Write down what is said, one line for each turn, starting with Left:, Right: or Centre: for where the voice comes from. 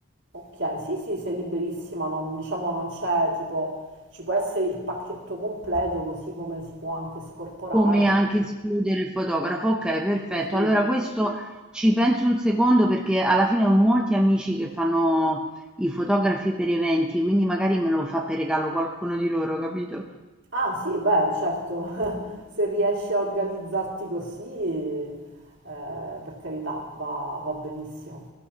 Right: Ok, sì, sì, sei liberissima, non, diciamo non c'è tipo, ci può essere il pacchetto completo così come si può anche scorporare.
Centre: Come anche escludere il fotografo, okay, perfetto.
Right: Mh-mh.
Centre: Allora questo ci penso un secondo perché alla fine ho molti amici che fanno i fotografi per eventi, quindi magari me lo fa per regalo qualcuno di loro, capito?
Right: Ah sì, beh, certo, <laughs> se riesci a organizzarti così, eh, per carità, va va benissimo.